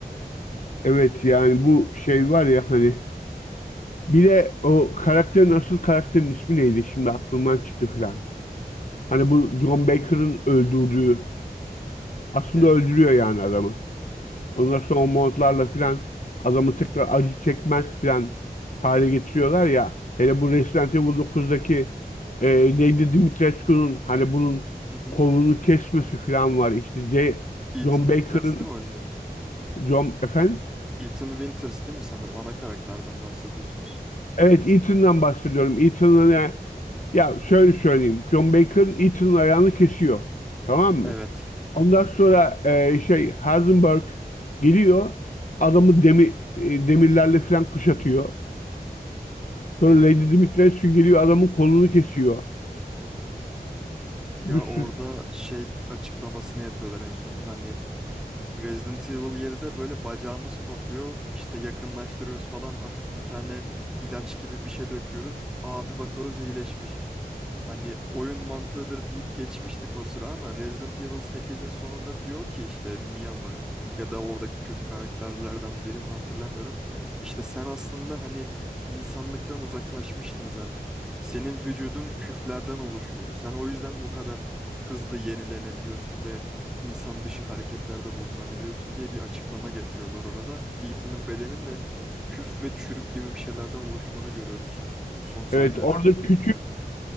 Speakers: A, on the left; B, in the centre.
A: Evet yani bu şey var ya hani Bir de o karakterin asıl karakterin ismi neydi? Şimdi aklımdan çıktı filan. Hani bu John Baker'ın öldürdüğü aslında
B: E,
A: öldürüyor yani adamı. Ondan sonra o montlarla filan adamı tekrar acı çekmez filan hale getiriyorlar ya. Hele bu Resident Evil 9'daki e, Lady Dimitrescu'nun hani bunun
B: hı hı.
A: kolunu kesmesi filan var. İşte J-
B: Ethan
A: John
B: Winters
A: Baker'ın
B: değil mi hocam?
A: John efendim.
B: Ethan Winters değil mi sanırım? Ana karakterden bahsediyorsunuz.
A: Evet Ethan'dan bahsediyorum. Ethan'ın e, Ya şöyle söyleyeyim. John Baker'ın Eaton'un ayağını kesiyor. Tamam mı?
B: Evet.
A: Ondan sonra e, şey Heisenberg geliyor. Adamı demi, e, demirlerle falan kuşatıyor. Sonra
B: Evet.
A: Lady Dimitrescu geliyor adamın kolunu kesiyor.
B: Ya
A: Bir
B: orada
A: sürü.
B: şey açıklamasını yapıyorlar en sonunda hani Resident Evil 7'de böyle bacağımız kopuyor işte yakınlaştırıyoruz falan hafif bir tane ilaç gibi bir şey döküyoruz. Abi bakıyoruz iyileşmiş. Hani oyun mantığıdır deyip geçmiştik o sıra ama Resident Evil 8'in sonunda diyor ki işte Mia mı ya da oradaki kötü karakterlerden biri mi hatırlamıyorum. İşte sen aslında hani insanlıktan uzaklaşmıştın zaten. Senin vücudun küflerden oluşuyor. Sen o yüzden bu kadar hızlı yenilenebiliyorsun ve insan dışı hareketlerde bulunabiliyorsun diye bir açıklama getiriyorlar orada. Ethan'ın bedenin de küf ve çürük gibi bir şeylerden oluştuğunu görüyoruz bu son sahnede.
A: Evet orada küçük.